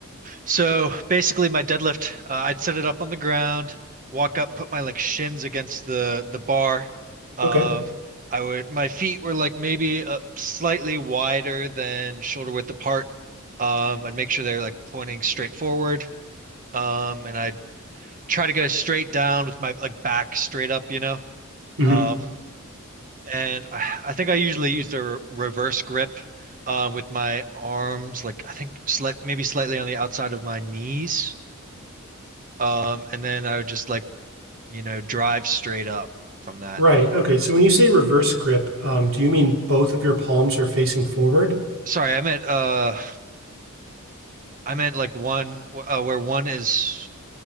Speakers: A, on the right (about 40°); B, on the right (about 65°).
A: so basically my deadlift, uh, I'd set it up on the ground, walk up, put my like shins against the the bar. Um,
B: Okay.
A: I would my feet were like maybe uh, slightly wider than shoulder width apart. Um, I'd make sure they're like pointing straight forward. Um, and I'd try to go straight down with my like back straight up, you know.
B: Mm-hmm.
A: Um, And I, I think I usually use the re reverse grip uh, with my arms, like I think slight, maybe slightly on the outside of my knees. Um, and then I would just like, you know, drive straight up from that.
B: Right. Okay. So when you say reverse grip, um, do you mean both of your palms are facing forward?
A: Sorry, I meant uh I meant like one uh, where one is